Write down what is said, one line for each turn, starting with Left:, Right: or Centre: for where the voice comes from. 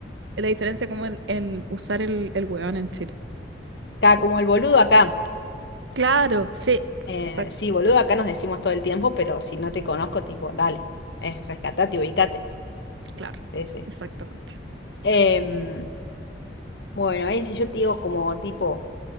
Right: la diferencia como en, en usar el, el huevón en Chile.
Left: Acá,
Right: Sí.
Left: como el boludo acá.
Right: Claro, sí,
Left: Eh,
Right: exacto,
Left: sí, boludo acá nos decimos todo el tiempo, pero si no te conozco, tipo, dale, eh, rescatate, ubicate.
Right: claro,
Left: Sí, sí.
Right: exactamente.
Left: Em, bueno, ahí si yo te digo como tipo,